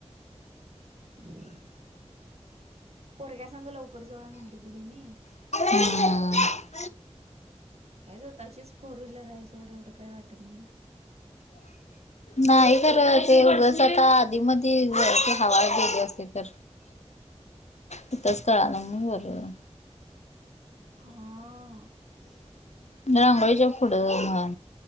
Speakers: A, on the right; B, on the left.
A: <inaudible> पोरग्या संग लवकर जाऊया म्हटली त हेणी.
B: हा.
A: काय स्वतःचीच फोर व्हीलर आहे एवढं सोड एवढं काही वाटत नाही.
B: नाही
A: खरं
B: खर
A: तरी
B: ते उघंच
A: पण
B: आता आधीमध्ये ती ग ते हवा वेगळी असते तर तिथच कळाल नाही बर झालं.
A: हां.
B: रांगोळीच्या पुढं ह्.